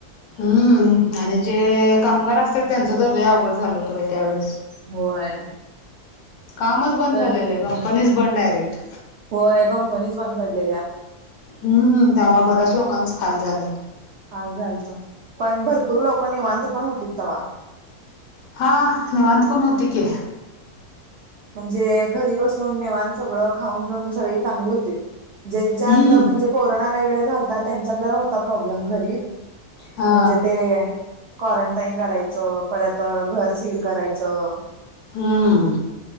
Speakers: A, on the left; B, on the right.
A: हम्म आणि जे कामगार असतात त्यांचं तर लय अवघड झाल होत बाई त्यावेेळेस.
B: होय.
A: कामच बंद
B: तर
A: झालेलं आहे, कंपनीच बंद डायरेक्ट.
B: होय कंपनीच बंद पडलेल्या.
A: हम्म, त्यामुळे बऱ्याच लोकांच हाल झालं.
B: हाल झालत, पण भरपूर लोक निवांत पण होती तवा.
A: हा निवांत पण होती की.
B: म्हणजे घरी बसून निवांत सगळं खाऊन पिऊन सगळी चांगली होतीत. ज्यांच्या
A: हम्म
B: आता म्हणजे कोरोना वगैरे झालता त्यांचा जरा होता प्रॉब्लेम. घर
A: हा
B: म्हणजे ते क्वारंटाईन करायचं, परत घर सील करायचं.
A: हम्म.